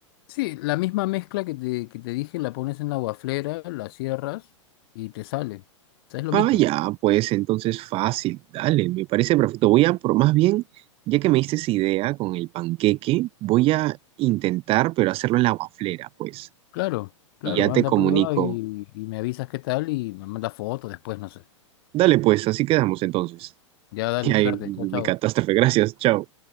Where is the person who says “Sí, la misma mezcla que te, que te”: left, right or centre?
Left